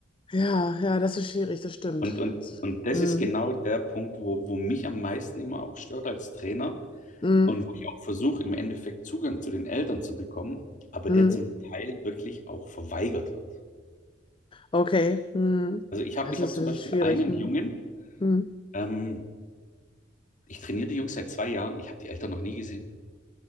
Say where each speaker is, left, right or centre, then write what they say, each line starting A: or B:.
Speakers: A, on the left (about 25°); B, on the left (about 40°).
A: Ja, ja, das ist schwierig, das stimmt.
B: Und, und,
A: Das-
B: und das
A: Mhm.
B: ist genau der Punkt, wo, wo mich am meisten immer auch stört als Trainer
A: Mhm.
B: und wo ich auch versuche, im Endeffekt Zugang zu den Eltern zu bekommen, aber
A: Mhm.
B: der zum Teil wirklich auch verweigert wird.
A: Okay. Hm.
B: Also ich
A: Ja,
B: habe
A: Das
B: ich
A: ist
B: hab zum
A: natürlich
B: Beispiel
A: schwierig.
B: einen
A: Hm.
B: Jungen,
A: Hm.
B: ähm, ich trainiere die Jungs seit zwei Jahren, ich habe die Eltern noch nie gesehen.